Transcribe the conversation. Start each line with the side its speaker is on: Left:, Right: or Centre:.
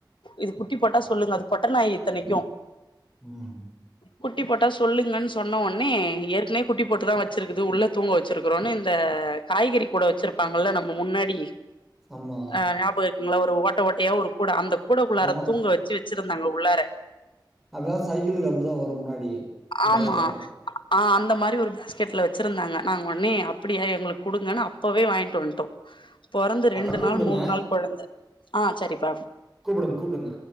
Left: இது குட்டி போட்டா சொல்லுங்க அது பொட்ட நாய் இத்தனைக்கு
Centre: ம்
Left: குட்டி போட்டா சொல்லுங்கன்னு சொன்ன ஒன்னே ஏற்கனே குட்டி போட்டுதா வச்சிருக்குது உள்ள தூங்க வச்சிருக்கறோன்னு இந்த காய்கறி கூட வச்சிருப்பாங்கல்ல நம்ம முன்னாடி
Centre: ஆமா.
Left: ஆ ஞாபகோ இருக்குங்களா ஒரு ஓட்டை ஓட்டையா ஒரு கூட அந்த கூடக்குள்ளார
Centre: ஆமா.
Left: தூங்க வச்சு வச்சிருந்தாங்க உள்ளார
Centre: அதா சைக்கிளுக்கு அப்டிதா வரு முன்னாடி
Left: ஆமா
Centre: பேஸ்கெட்டு.
Left: ஆ அந்த மாரி ஒரு பேஸ்கெட்ல வச்சுருந்தாங்க நாங்க ஒன்னே அப்டியா எங்களுக்கு குடுங்கன்னு அப்பவே வாய்ன்ட்டு வன்டோ பொறந்து
Centre: அக்கா
Left: ரெண்டு
Centre: கூப்பிடுங்க.
Left: நாள் மூண் நாள் கொழந்த ஆ செரிப்பா
Centre: கூப்புடுங் கூப்புடுங்க